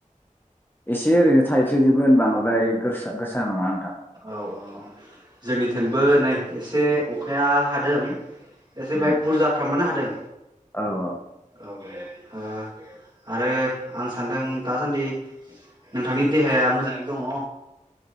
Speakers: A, on the left (about 15°); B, on the right (about 35°).
A: एसे ओरैनो थाइफैजोबो बांद्राय गोसा गोसा नङा नोंथां
B: औ औ जोंनिथिंबो नै एसे अखाया हादों एसे
A: उम
B: बाहाय बुरजाफ्रामानो हादों
A: औ औ
B: औ औ हो आरो आं सानदों दासान्दि नोंथांनि देहाया मोजाङै दङ